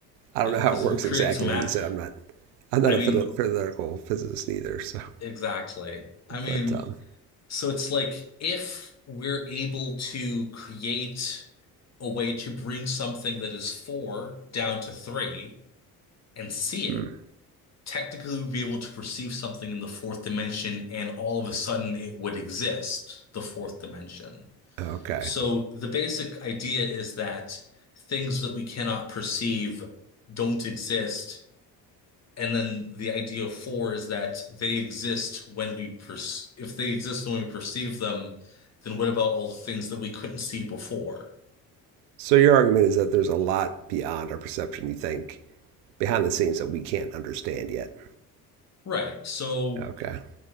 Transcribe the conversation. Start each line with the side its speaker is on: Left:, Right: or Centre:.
Right: I don't
Left: Yeah.
Right: know
Left: Because
Right: how it works
Left: it creates
Right: exactly.
Left: ma
Right: Like you said, I'm not, I'm
Left: I
Right: not a
Left: mean,
Right: phil- theoretical physicist either. So,
Left: exactly. I mean,
Right: but, um,
Left: so it's like if we're able to create a way to bring something that is four down to three and see it,
Right: hmm,
Left: technically we'd be able to perceive something in the fourth dimension and all of a sudden it would exist, the fourth dimension.
Right: okay.
Left: So the basic idea is that things that we cannot perceive don't exist. And then the idea of four is that they exist when we per if they exist when we perceive them, then what about all the things that we couldn't see before?
Right: So your argument is that there's a lot beyond our perception, you think, behind the scenes that we can't understand yet.
Left: Right. So
Right: Okay.